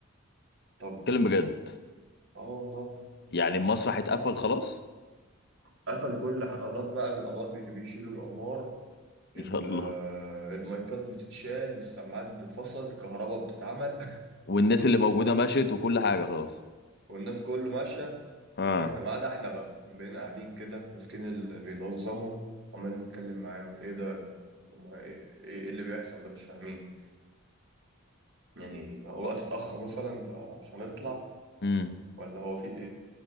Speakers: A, on the right; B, on the left.
A: طب
B: اتكلم بجد
A: اه والله
B: يعني المسرح اتقفل خلاص
A: قفل كل خلاص بقى الانوار بي- بيشيلوا الانوار ال-
B: <laughs> يلا
A: المايكات بتتشال السماعات بتتفصل الكهرباء بتتعمل
B: والناس اللي موجوده مشيت وكل حاجه خلاص
A: <laughs> والناس كله ماشية
B: ها
A: واحنا ما عدا احنا بقى إحنا بقينا قاعدين كده ماسكين اللي بينظموا عمالين نتكلم معاهم ايه ده وما- ايه إيه إيه اللي بيحصل ده مش فاهمين يعني هو وقت اتأخر مثلا فعشان نطلع
B: امم
A: ولا هو في ايه